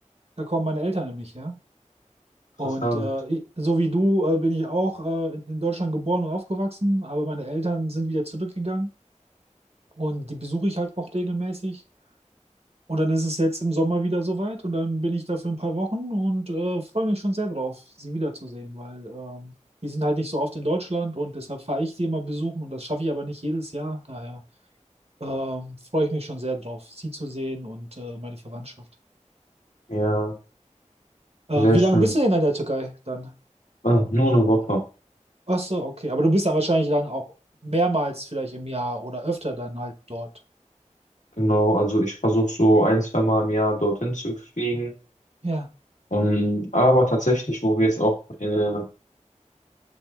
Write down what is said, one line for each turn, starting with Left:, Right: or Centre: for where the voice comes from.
Right: Da kommen meine Eltern nämlich her.
Left: Interessant.
Right: Und äh, ich, so wie du äh, bin ich auch äh, in, in Deutschland geboren und aufgewachsen, aber meine Eltern sind wieder zurückgegangen und die besuche ich halt auch regelmäßig. Und dann ist es jetzt im Sommer wieder soweit und dann bin ich da für ein paar Wochen und äh, freue mich schon sehr drauf, sie wiederzusehen, weil ähm, die sind halt nicht so oft in Deutschland und deshalb fahre ich sie immer besuchen und das schaffe ich aber nicht jedes Jahr. Daher ähm, freue ich mich schon sehr drauf, sie zu sehen und äh, meine Verwandtschaft.
Left: Ja,
Right: Ähm,
Left: sehr
Right: wie
Left: schön.
Right: lange bist du denn in der Türkei dann?
Left: Ah, nur eine Woche.
Right: Ach so, okay. Aber du bist dann wahrscheinlich dann auch mehrmals vielleicht im Jahr oder öfter dann halt dort.
Left: Genau, also ich versuche so ein, zwei Mal im Jahr dorthin zu fliegen.
Right: Ja.
Left: Und, aber tatsächlich, wo wir jetzt auch äh,